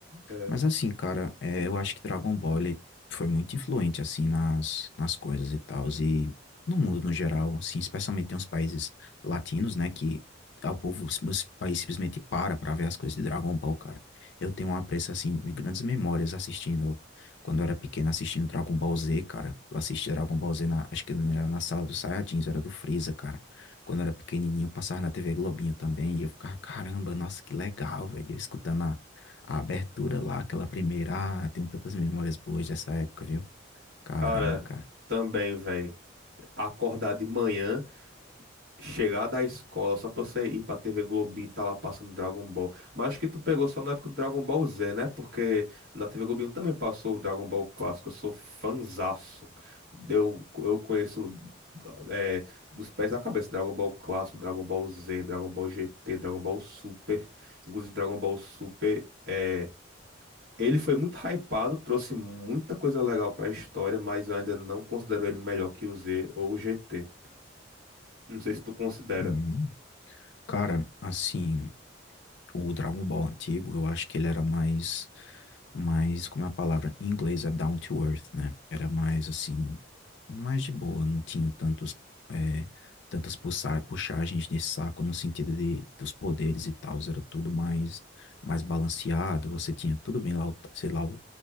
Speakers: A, on the right; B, on the left.
A: É.
B: Mas assim, cara, é, eu acho que Dragon Ball ele foi muito influente, assim, nas, nas coisas e tal, e no mundo no geral, assim, especialmente em uns países latinos, né, que ah, o povo, os país simplesmente para pra ver as coisas de Dragon Ball, cara. Eu tenho um apreço, assim, e grandes memórias assistindo, quando eu era pequeno, assistindo Dragon Ball Z, cara. Eu assisti Dragon Ball Z, na, acho que não era na sala dos Saiyajins, era do Freeza, cara. Quando eu era pequenininho, passava na TV Globinho também, e eu ficava, caramba, nossa, que legal, velho, eu escutando a a abertura lá, aquela primeira. Ah, tenho tantas memórias boas dessa época, viu? Caramba,
A: Cara,
B: cara.
A: também, velho. Acordar de manhã, chegar da escola só pra você ir pra TV Globinho e tá lá passando Dragon Ball. Mas acho que tu pegou só na época do Dragon Ball Z, né? Porque na TV Globinho também passou o Dragon Ball clássico. Eu sou fanzaço. Eu, eu conheço é, dos pés à cabeça Dragon Ball clássico, Dragon Ball Z, Dragon Ball GT, Dragon Ball Super. Inclusive, Dragon Ball Super. é, Ele foi muito hypado, trouxe muita coisa legal pra história, mas eu ainda não considero ele melhor que o Z ou o GT. Não sei se tu considera.
B: Uhum. Cara, assim, o Dragon Ball antigo, eu acho que ele era mais, mais, como é a palavra em inglês é down to earth, né? Era mais assim, mais de boa, não tinha tantos, é, tantas puxa- puxagens de saco no sentido de, dos poderes e tal, era tudo mais, mais balanceado, você tinha tudo bem lá, o- sei lá,